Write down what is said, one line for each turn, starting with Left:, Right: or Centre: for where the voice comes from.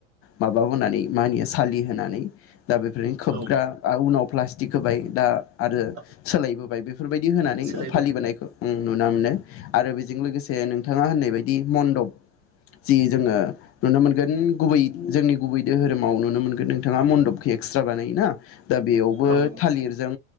Left: माबा होनानै मा होनो सालि होनोनानै दा बेफोरनो खोबग्रा
Right: औ
Left: उनाव प्लास दिखोबाय दा आरो
Right: औ
Left: सोलायबोबाय बेफोरबायदि होनानै
Right: सोलायबोबाय
Left: फालिबोनायखौ ओम। नुनो मोनो आरो बेजों लोगोसे नोंथाङा होननाय बायदि मन्दप जि जोङो नुनो मोनगोन गुबै जोंनि गुबै दोहोरोमाव नुनो मोनगोन नोंथाङा मन्दपखौ एक्सट्रा बानायोना। दा बेयावबो
Right: औ नोंथां
Left: थालिरजों